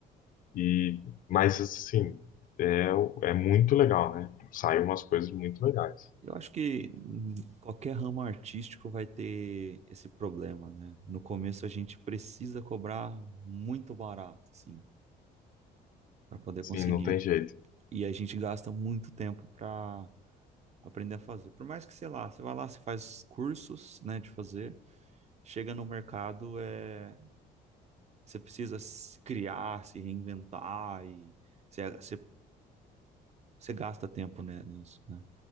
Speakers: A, on the left; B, on the right.
A: E, mas, assim, é, é muito legal, né? Saem umas coisas muito legais.
B: Eu acho que hum, qualquer ramo artístico vai ter esse problema, né? No começo a gente precisa cobrar muito barato, assim, para poder
A: Sim,
B: conseguir.
A: não tem jeito.
B: E a gente gasta muito tempo para aprender a fazer. Por mais que, sei lá, você vai lá, você faz cursos, né, de fazer, chega no mercado, é, você precisa se criar, se reinventar e você, você, você gasta tempo, né, nisso, né?